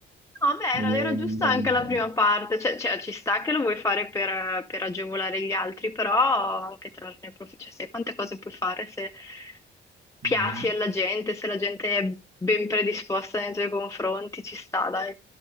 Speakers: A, on the left (about 15°); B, on the right (about 40°).
A: No, beh,
B: nel
A: era,
B: nel
A: era giusta
B: modo
A: anche
B: no.
A: la prima parte, cioè, cioè, ci sta che lo vuoi fare per, per agevolare gli altri, però anche trarne profitto, cioè, sai quante cose puoi fare se piaci
B: Mhm.
A: alla gente, se la gente è ben predisposta nei tuoi confronti, ci sta, dai,